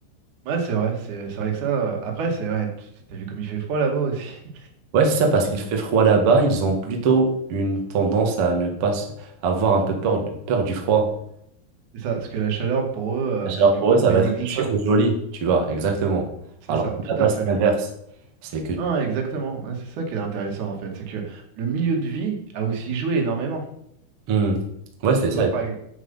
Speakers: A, on the right (about 50°); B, on the right (about 65°).
A: Ouais, c'est vrai. C'est c'est vrai que ça. euh, Après, c'est vrai. t- T'as vu comme il fait froid là-bas aussi. <laughs>
B: Ouais, c'est ça,
A: Donc
B: parce
A: bon,
B: qu'il fait froid là-bas, ils ont plutôt une tendance à ne pas s- à avoir un peu peur, peur du froid.
A: c'est ça. Parce que la chaleur, pour eux, euh,
B: Alors
A: c'est plutôt
B: pour eux,
A: une
B: ça
A: bénédiction.
B: va être quelque chose de joli, tu vois, exactement.
A: C'est
B: Alors
A: ça,
B: que
A: tout
B: là-bas,
A: à fait.
B: c'est l'inverse. C'est que...
A: Non, exactement. Ouais, c'est ça qui est intéressant en fait, c'est que le milieu de vie a aussi joué énormément.
B: Hmm. Ouais, c'est
A: Tu
B: ça.
A: vois, par, e-,